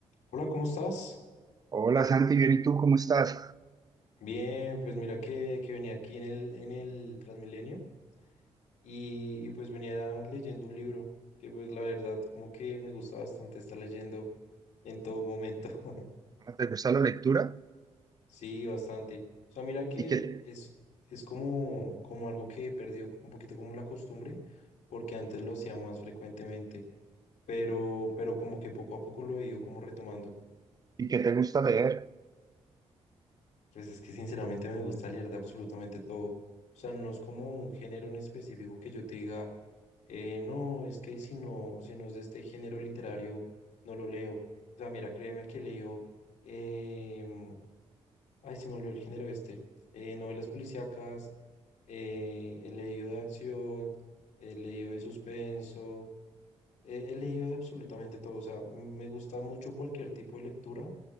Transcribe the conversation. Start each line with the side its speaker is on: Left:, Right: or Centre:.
Left: Hola, ¿cómo estás?
Right: Hola Santi, bien, ¿y tú cómo estás?
Left: Bien, pues mira que, que venía aquí en el, en el Transmilenio y, y pues venía leyendo un libro que pues la verdad como que me gusta bastante estar leyendo en todo momento. <laughs>
Right: Ah, ¿Te gusta la lectura?
Left: Sí, bastante. O sea, mira que
Right: ¿Y qué,
Left: es, es como, como algo que he perdido un poquito como la costumbre porque antes lo hacía más frecuentemente, pero, pero como que poco a poco lo he ido como retomando.
Right: y qué te gusta leer?
Left: Pues es que sinceramente me gusta leer de absolutamente todo. O sea, no es como un género en específico que yo te diga, eh, no, es que si no, si no es de este género literario, no lo leo. O sea, mira, créeme que leo, em, ay, se me olvidó el género este, eh, novelas policíacas, eh, he leído de acción, he leído de suspenso, eh, he leído de absolutamente todo. O sea, m- me gusta mucho cualquier tipo de lectura